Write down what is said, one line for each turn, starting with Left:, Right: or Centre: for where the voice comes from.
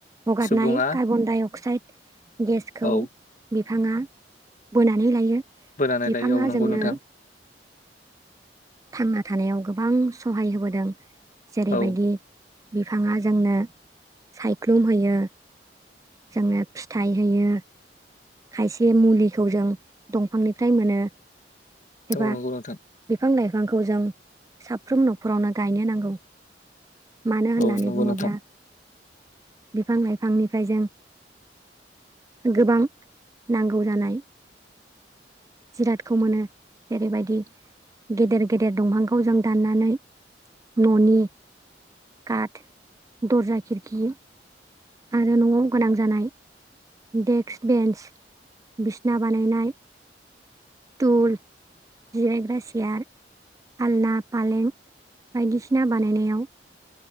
Right: हगारनाय
Left: सुबुङा
Right: कार्बन डाइ अक्साइड गेसखौ
Left: औ
Right: बि बिफांङा बोनानै लायो
Left: बोनानै
Right: बिफांङा
Left: लायो औ नंगौ
Right: जोंनो
Left: नोंथां
Right: थांना थानायाव गोबां सहाय होबोदों जेरैबायदि
Left: औ
Right: बिफांङा जोंनो सायख्लुमहयो जोंङो फिथाइ होयो । खायसे मुलिखौ जों दंफांनिफ्राय मोनो एबा
Left: औ नंगौ नोंथां
Right: बिफां लाइ फांखौ जों साफ्रोम न'खरावनो गायनो नांगौ । मानो होननानै
Left: औ नंगौ
Right: बुंङोब्ला
Left: नोंथां
Right: बिफां लाइफांनिफ्राय जों गोबां नांगौ जानाय जिरादखौ मोनो जेरैबायदि गेदेर गेदेर दंफांखौ जों दाननानै ननि काट दरजा किरखि आरो न'आव गोनां जानाय डेक्स बेन्स बिसना बानायनाय दुल जिरायग्रा सियार आलना फालें बायदिसिना बानायनायाव